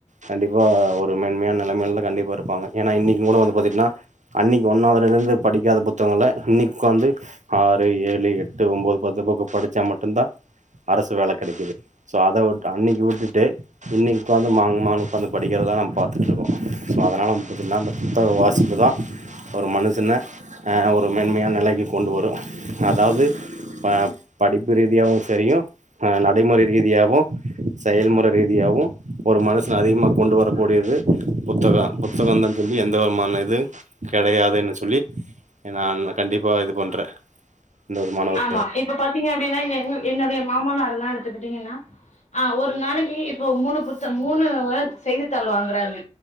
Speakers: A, on the right; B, on the left.
A: கண்டிப்பா ஒ ஒரு மேன்மையான நெலைமைலதா கண்டிப்பா இருப்பாங்க ஏனா இன்னக்கி மொற வந்து பாத்திட்ன்னா அன்னக்கி ஒன்னாவதுலருந்து படிக்காத புத்தகங்கள இன்னக்கி ஒக்காந்து ஆறு ஏழு எட்டு ஒம்போது பத்து பக்க படிச்சா மட்டுந்தான் அரசு வேல கெடைக்குது சோ அத விட் அன்னைக்கு விட்டுட்டு இன்னைக்கு உட்காந்து மாங்கு மாங்னு உட்காந்து படிக்கிறதா நா பாத்துட்டுருக்கோ ஸோ அதனால வந்து பாத்தீங்கன்னா இந்த புத்தக வாசிப்பு தா ஒரு மனுசன அ ஒரு மேன்மையான நெலைக்கு கொண்டு வரு அதாது ஆ படிப்பு ரீதியாவு சரியு ஆ நடைமுறை ரீதியாவு செயல்முற ரீதியாவு ஒரு மனுஷன அதிகமா கொண்டு வர கூடியது புத்தகோ புத்தகந்தாஞ் சொல்லி எந்த வருமான எதுங் கெடையாதுன்னு சொல்லி எனா நான் கண்டிப்பா இது பண்றே எந்த விதமான ஒரு
B: ஆமா இப்ப பாத்தீங்க அப்டின்னா இங்க என்னு என்னுடைய மாமனாரெல்லா எடுத்துக்கிட்டீங்கன்னா ஆ ஒரு நாளைக்கு இப்போ மூணு புத்த மூணு அ செய்தித்தாள் வாங்கறாங்க